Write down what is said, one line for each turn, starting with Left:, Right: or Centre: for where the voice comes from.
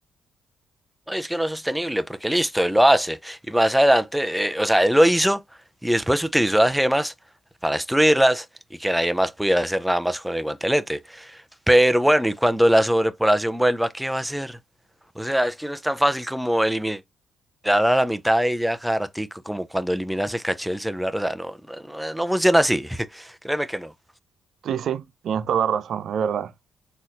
Centre: No, y es que no es sostenible, porque listo, él lo hace. Y más adelante, eh, o sea, él lo hizo y después utilizó las gemas para destruirlas y que nadie más pudiera hacer nada más con el guantelete. Pero bueno, y cuando la sobrepoblación vuelva, ¿qué va a hacer? O sea, es que no es tan fácil como eliminar a la mitad y ya cada ratico, como cuando eliminas el caché del celular. O sea, no, no, no no funciona así. <laughs> Créeme que no.
Right: Sí, sí, tienes toda la razón, es verdad.